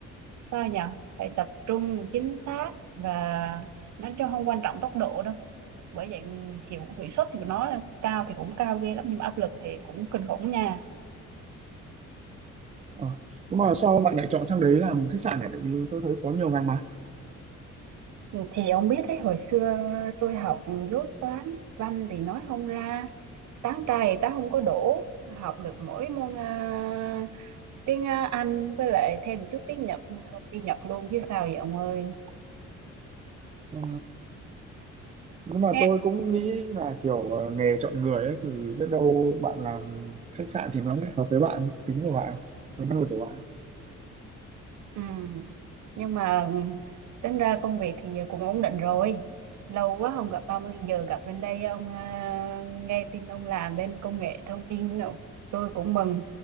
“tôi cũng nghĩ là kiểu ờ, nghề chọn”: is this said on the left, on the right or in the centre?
Right